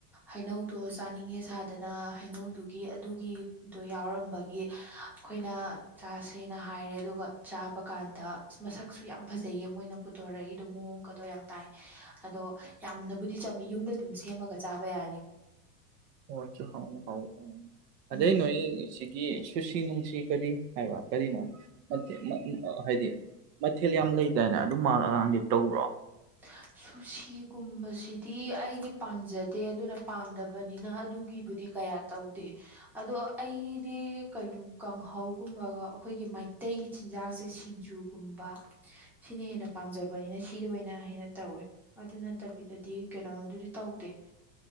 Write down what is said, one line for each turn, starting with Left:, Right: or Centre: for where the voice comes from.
Centre: ꯍꯩꯅꯧꯗꯣ ꯆꯥꯅꯤꯡꯉꯦ ꯁꯥꯗꯅ ꯍꯩꯅꯧꯗꯨꯒꯤ ꯑꯗꯨꯒꯤꯗꯣ ꯌꯥꯎꯔꯝꯕꯒꯤ ꯑꯩꯈꯣꯏꯅ ꯆꯥꯁꯦꯅ ꯍꯥꯏꯔꯦ ꯑꯗꯨꯒ ꯆꯥꯕ ꯀꯥꯟꯗ ꯃꯁꯛꯁꯨ ꯌꯥꯝ ꯐꯖꯩꯌꯦ ꯃꯣꯏꯅ ꯄꯨꯊꯣꯔꯛꯏꯗꯣ ꯃꯑꯣꯡꯒꯗꯣ ꯌꯥꯝ ꯇꯥꯏꯅꯦ ꯑꯗꯣ ꯌꯥꯝꯅꯕꯨꯗꯤ ꯆꯝꯃꯤ ꯌꯨꯝꯗ ꯑꯗꯨꯝ ꯁꯦꯝꯃꯒ ꯆꯥꯕ ꯌꯥꯅꯤ
Right: ꯍꯁꯨ ꯍ ꯍ ꯑꯗꯩ
Centre: ꯎꯝ
Right: ꯅꯣꯏꯣꯏ <unintelligible> ꯁꯨꯁꯤ ꯅꯨꯡꯁꯤ ꯀꯔꯤ ꯍꯥꯏꯕ ꯀꯔꯤꯅꯣ ꯅꯠꯇꯦ ꯍꯥꯏꯗꯤ ꯃꯊꯦꯜ ꯌꯥꯝ ꯂꯩꯗꯥꯏꯅꯦ ꯑꯗꯨꯝ ꯃꯥꯜꯂꯑꯀꯥꯡꯗꯤ ꯇꯧꯕ꯭ꯔꯣ
Centre: ꯍ ꯁꯨꯁꯤꯒꯨꯝꯕꯁꯤꯗꯤ ꯑꯩꯗꯤ ꯄꯥꯝꯖꯗꯦ ꯑꯗꯨꯅ ꯄꯥꯝꯗꯕꯅꯤꯅ ꯑꯗꯨꯒꯤꯕꯨꯗꯤ ꯀꯌꯥ ꯇꯧꯗꯦ ꯑꯗꯣ ꯑꯩꯗꯤ ꯀꯩꯅꯣ ꯀꯥꯡꯍꯧꯒꯨꯝꯕꯒ ꯑꯩꯈꯣꯏꯒꯤ ꯃꯩꯇꯩꯒꯤ ꯆꯤꯟꯖꯥꯛꯁꯦ ꯁꯤꯡꯖꯨ ꯒꯨꯝꯕ ꯁꯤꯅ ꯍꯦꯟꯅ ꯄꯥꯝꯖꯕꯅꯤꯅ ꯁꯤꯗ ꯑꯣꯏꯅ ꯍꯦꯟꯅ ꯇꯧꯋꯦ ꯑꯗꯨ ꯅꯠꯇꯕꯤꯗꯗꯤ ꯀꯩꯅꯣꯃꯣꯗꯨꯗꯤ ꯇꯧꯗꯦ